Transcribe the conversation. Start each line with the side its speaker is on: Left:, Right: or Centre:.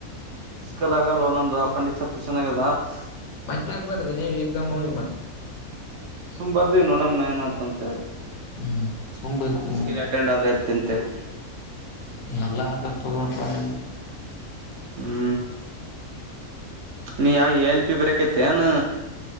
Right: ಫಿಸಿಕಲ್ ಆಗುವುದಿಲ್ಲ ನಂಗ ಅಪೆಂಡಿಕ್ಸ್ ಆಪರೇಷನ್ ಆಗಿದೆ ನಂಗೆ
Left: ಮತ್ತೆ ಯಾಕೆ ಬರೆದ್ರಿ ರಿ ಎಕ್ಸಾಮ್ ಹೋಗಿ ಮತ್ತ.
Right: ಸುಮ್ನೆ ಬರೆದ್ವಿ ನೋಡೋಣ ಏನಾಗುತ್ತೆ ಅಂತ
Left: ಹ್ಮ್ ಸುಮ್ ಬರ್ತೀನಿ
Right: ಫಿಸಿಕಲ್ ಅಟೆಂಡ್ ಆದ್ರ ಆಯ್ತು ಅಂತ ಹೇಳಿ.
Left: ಎಲ್ಲಾ ಹತ್ತ ಹತ್ತ ತಗೋದಪ್ಪ ನಿಂದ.
Right: ಹೂ ನೀ ಯಾವ ಈ ಎಲ್ ಪ ಪಿ ಬರಿಯಾಕತ್ತಿ ಏನು